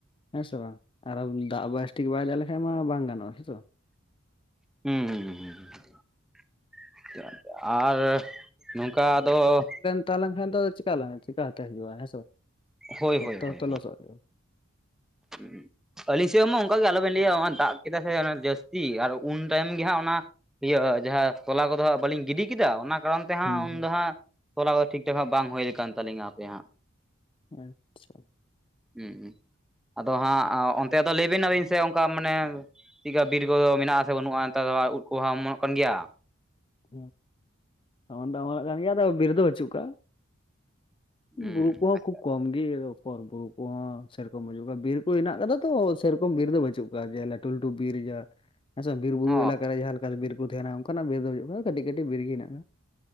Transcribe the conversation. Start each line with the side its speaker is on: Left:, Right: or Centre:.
Left: ᱦᱮᱸ ᱥᱮ ᱵᱟᱝ? ᱟᱨᱚ ᱫᱟᱜ ᱵᱟᱭ ᱵᱮᱥ ᱴᱷᱤᱠ ᱵᱟᱭ ᱫᱟᱜ ᱞᱮ ᱦᱮᱸ ᱢᱟ ᱵᱟᱝ ᱜᱟᱱᱚᱜᱼᱟ, ᱦᱮᱸ ᱛᱚ᱾
Centre: ᱦᱩᱸᱻ ᱦᱩᱸ ᱦᱩᱸ ᱦᱩᱸ ᱦᱩᱸ ᱦᱩᱸ...... ᱾ᱟᱨ ᱱᱚᱝᱠᱟ ᱫᱚ
Left: ᱛᱟᱦᱮᱸ ᱞᱮᱱᱠᱷᱟᱡ ᱫᱚ ᱪᱤᱠᱟᱞᱟᱝ ᱪᱤᱠᱟ. ᱛᱮ ᱦᱩᱭᱩᱜ-ᱟ ᱦᱮᱸ ᱥᱮ ᱵᱟᱝ?
Centre: ᱦᱳᱭ
Left: ᱠᱷᱮᱛ
Centre: ᱦᱳᱭ
Left: ᱛᱚ
Centre: ᱦᱳᱭ
Left: ᱛᱚ ᱞᱚᱥᱚᱫ ᱦᱩᱭᱩᱜ-ᱟ᱾
Centre: <inaudible> ᱟᱹᱞᱤᱧ ᱥᱮᱫ ᱦᱚᱸ ᱢᱟ ᱚᱱᱠᱟ ᱜᱮ ᱟᱞᱚᱵᱮᱱ ᱞᱟᱹᱭᱟ, ᱚᱱᱟ ᱫᱟᱜ ᱠᱮᱫᱟᱭ ᱥᱮ ᱡᱟᱹᱥᱛᱤ ᱟᱨ ᱩᱱ ᱛᱟᱭᱚᱢ ᱜᱮ ᱦᱟᱸᱜ ᱚᱱᱟ ᱤᱭᱟᱹ ᱡᱟᱦᱟᱸ, ᱛᱚᱞᱟ ᱠᱚᱫᱚ ᱦᱟᱸᱜ ᱵᱟᱹᱞᱤᱧ ᱜᱤᱰᱤ ᱠᱮᱫᱟ, ᱚᱱᱟ ᱠᱟᱨᱚᱱ ᱛᱮ ᱦᱟᱸᱜ
Left: ᱦᱩᱸ
Centre: ᱩᱱᱫᱚ ᱦᱟᱸᱜ, ᱛᱚᱞᱟ ᱠᱚ ᱴᱷᱤᱠ ᱴᱷᱟᱠ ᱦᱟᱸᱜ ᱵᱟᱝ ᱦᱩᱭᱠᱟᱱ ᱛᱟᱹᱞᱤᱧᱟ ᱦᱟᱯᱮ ᱦᱟᱸᱜ᱾
Left: ᱟᱪᱪᱷᱟ᱾
Centre: ᱦᱩᱸ ᱦᱩᱸ, ᱟᱫᱚ ᱦᱟᱸᱜ ᱚᱱ ᱛᱮ ᱟᱫᱚ ᱞᱟᱹᱭ ᱵᱮᱱ ᱟᱵᱤᱱ ᱥᱮ ᱚᱝᱠᱟ ᱢᱟᱱᱮ, ᱪᱮᱫᱠᱟ ᱵᱤᱨ ᱠᱚᱫᱚ ᱢᱮᱱᱟᱜᱼᱟ ᱥᱮ ᱵᱟᱹᱱᱩᱜᱼᱟ ᱱᱮᱛᱟᱨ ᱫᱚ ᱟᱨ ᱤᱫ ᱠᱚ ᱦᱚᱸ ᱢᱚᱱᱚᱜ ᱠᱟᱱ ᱜᱮᱭᱟ?
Left: ᱦᱩᱸ, ᱚᱢᱚᱱ ᱫᱚ ᱚᱢᱚᱱᱚᱜ ᱠᱟᱱ ᱜᱮᱭᱟ ᱟᱫᱚ ᱵᱤᱨ ᱫᱚ ᱵᱟ. ᱪᱩᱜ ᱠᱟᱜ-ᱟ᱾
Centre: ᱦᱩᱸ
Left: ᱵᱩᱨᱩ ᱠᱚ ᱦᱚᱸ
Centre: ᱟᱪᱪᱷᱟ
Left: ᱠᱷᱩᱵ ᱠᱚᱢ ᱜᱮ ᱯᱚᱨ ᱵᱩᱨᱩ ᱠᱚᱦᱚᱸ ᱥᱮᱨᱚᱠᱚᱢ ᱵᱟᱹᱪᱩᱜ ᱠᱟᱜ-ᱟ, ᱵᱤᱨ ᱠᱚ ᱦᱮᱱᱟᱜ ᱟᱠᱟᱫᱟ ᱛᱚ ᱥᱮᱨᱚᱠᱚᱢ ᱵᱤᱨ ᱫᱚ ᱵᱟᱹᱪᱩᱜ ᱠᱟᱜ-ᱟ ᱡᱮ ᱞᱟᱹᱴᱩ ᱞᱟᱹᱴᱩ ᱵᱤᱨ ᱭᱟ, ᱦᱮᱸᱥᱮ ᱵᱤᱨ ᱵᱩᱨᱩ
Centre: ᱚ
Left: ᱮᱞᱟᱠᱟ ᱨᱮ ᱡᱟᱦᱟᱸ ᱞᱮᱠᱟ ᱵᱤᱨ ᱠᱚ ᱛᱟᱦᱮᱸᱱᱟ ᱚᱝᱠᱟ ᱱᱟᱜ ᱵᱤᱨ ᱫᱚ ᱦᱩᱭᱩᱜ-ᱟ ᱠᱟᱹᱴᱤᱡ ᱠᱟᱹᱴᱤᱡ ᱵᱤᱨ ᱜᱮ ᱦᱮᱱᱟᱜᱼᱟ᱾